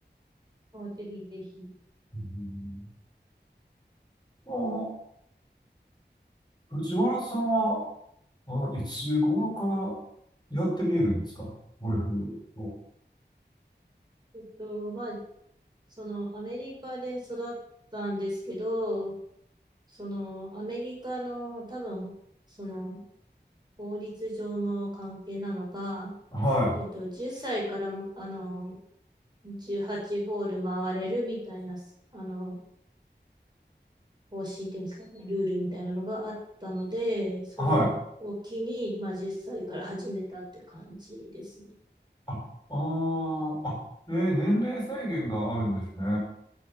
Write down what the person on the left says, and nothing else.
うん、あ、藤原さんは、あ、いつ頃からやってみえるんですかゴルフを。
はい。
はい。
あ、あー、あ、えー年齢制限があるんですね。